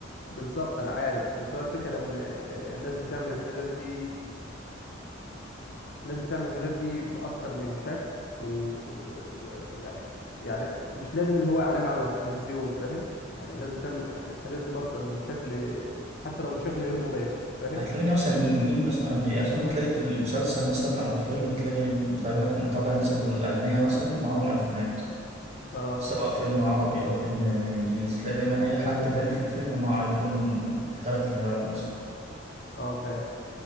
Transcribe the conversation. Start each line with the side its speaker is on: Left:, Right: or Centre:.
Left: بالظبط انا عارف بس هو الفكره ان آه، الناس بتعمل الحاجات دي الناس بتعمل الحاجات دي باكتر من شكل ويعني و... و... و- يعني يعني مش لازم اللي هو اعلان على التلفزيون فاهم يعني الناس بتعمل الح- الحاجات دي باكتر من شكل حتى لو بشكل غير مباشر فاهم
Right: هتلاقي مثلا مين, مين مثلا بي- مثلا ممكن تلاقي المسلسل مثلا او فيلم تلاقي مطلع لك مطلع الناس الاغنياء مثلا معاهم ايفونات
Left: اه
Right: سواء فيلم عربي او فيلم انجليزي تلاقي دايما اي حد غني في الفيلم معاه ايفون بثلاث كاميرات مثلا
Left: اه فاهم